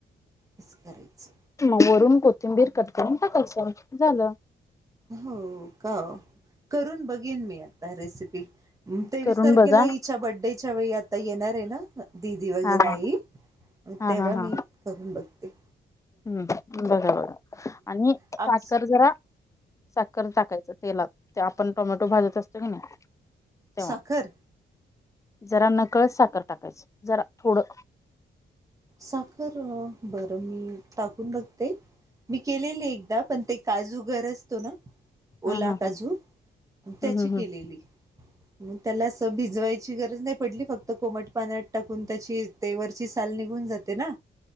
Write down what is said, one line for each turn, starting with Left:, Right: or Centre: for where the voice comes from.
Right: तस करायच
Left: मग वरून कोथिंबीर कट करून टाकायचं झालं.
Right: हो का करून बघेन मी आता रेसिपी ह तेवीस
Left: करून
Right: तारखेला
Left: बघा
Right: हिच्या बर्डेच्या वेळी आता येणार आहे ना ददी वगैरे
Left: हा हा
Right: आई
Left: हा
Right: तेव्हा
Left: हा हा
Right: मी करून बघ ते
Left: हम्म बघाव आणि साखर
Right: आमच
Left: जरा साखर टाकायचा तेलात ते आपण टोमॅटो भाजत असतो की नाही तेव्हा
Right: साखर
Left: जरा नकळत साखर टाकायच जरा थोडं
Right: साखर बरं मी टाकून बघते मी केलेले एकदा पण ते काजू घर असतो ना
Left: हा
Right: ओला
Left: हा
Right: काजू
Left: हा
Right: त्याची
Left: हम्म हम्म
Right: केलेली मग त्यालाच भिजवायची गरज नाही पडली फक्त कोमट पाण्यात टाकून त्याची ते वरची साल निघून जाते ना